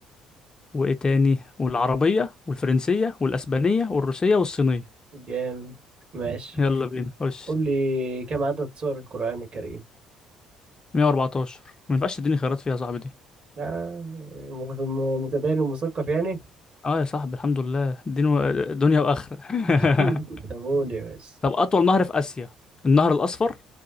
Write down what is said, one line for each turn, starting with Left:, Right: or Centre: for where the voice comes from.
Left: وايه تاني والعربية والفرنسية والاسبانية والروسية والصينية
Right: جامد ماشي
Left: يلا بينا خش
Right: قول لي كم عدد سور القرآن الكريم
Left: 114 ما ينفعش تديني خيارات فيها يا صاحبي دي
Right: آه، م- م- متدين ومثقف يعني
Left: اه يا صاحبي الحمد لله دين و... دنيا واخره <laughs>
Right: <laughs> طب قول يا باشا
Left: طب اطول نهر في اسيا النهر الاصفر